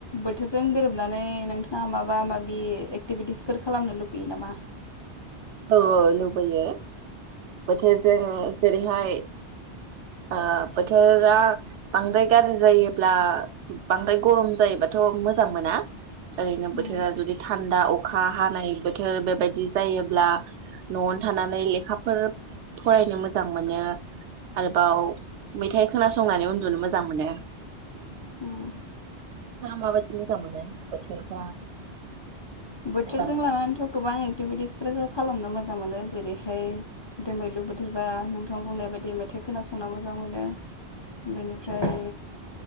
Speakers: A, on the left (about 35°); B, on the right (about 85°).
A: बोथोरजों गोरोबनानै नोंथाङा माबा माबि एक्टिभिटिसफोर खालामनो लुगैयो नामा
B: औ औ लुबैयो बोथोरजों जेरैहाय ओ बोथोरा बांद्राय गाज्रि जायोब्ला बांद्राय गरम जायोबाथ' मोजां मोना ओरैनो
A: उम
B: बोथोरा जुदि थान्दा अखा हानाय बोथोर बेबायदि जायो ल्बा न'आवनो थानानै लेखाफोर फरायनो मोजां मोनो आरोबाव मेथाइ खोनासंनानै उन्दुनो मोजां मोनो
A: उम
B: माबायदि मोजां मोनो बोथोरफ्रा
A: बोथोरजों
B: मोजांबा
A: लानानैथ' गोबां एकटिभिटिसफोर हो खालामनो मोजां मोनो जेरैहाय दोमैलु बोथोरबा नोंथां बुंनाय बायदि मेथाइ खोनासंनो मोजां मोनो बेनिफ्राय